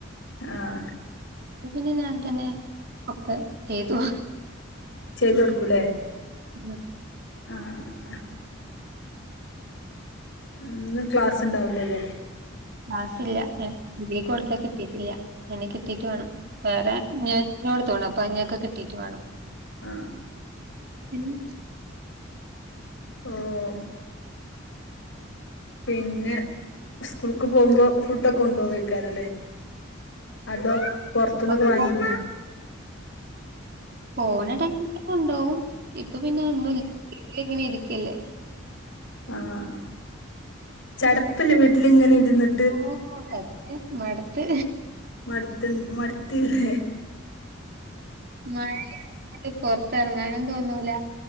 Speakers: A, on the left; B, on the right.
A: ആഹ്
B: ഇതിനു ഞാൻ തന്നെ ഒക്കെ ചെയ്തു
A: ചെയ്തു കൊടുക്കൂല്ലേ
B: ആഹ്
A: ആഹ് ആഹ് ഇന്ന് ക്ലാസ്സുണ്ടാവുല്ലല്ലേ
B: ക്ലാസില്ല ഡിഗ്രി കൊടുത്ത കിട്ടീട്ടില്ല അയിനി കിട്ടീട്ട് വേണം വേറെ ഇങ്ങനെ - <unintelligible> അപ്പൊ <unintelligible> കിട്ടീട്ട് വേണം
A: ആ
B: പിന്നെ
A: ഉം പിന്നെ സ്കൂള്ക്ക് പോകുമ്പോ ഫുഡൊക്കെ കൊണ്ടുപോവായിക്കാരംയില്ലേ അതോ പൊറത്ത്ന്നൊക്കെ
B: ഇപ്പൊ
A: വാങ്ങിക്കുന്ന -
B: പോണ ടൈമില് കൊണ്ടോവും ഇപ്പൊ പിന്നെ ഒന്നുല്ല വീട്ടിലിങ്ങനെ ഇരിക്കല്ലേ
A: ആഹ് ചടപ്പില്ലേ വീട്ടിലിങ്ങനെ ഇരുന്നി-
B: ഓ <unintelligible> മട്ത്ത്
A: മട്ത്ത് മട്ത്തില്ലേ
B: മഴയായൊണ്ട് പൊറത്ത് ഇറങ്ങാനും തോനൂല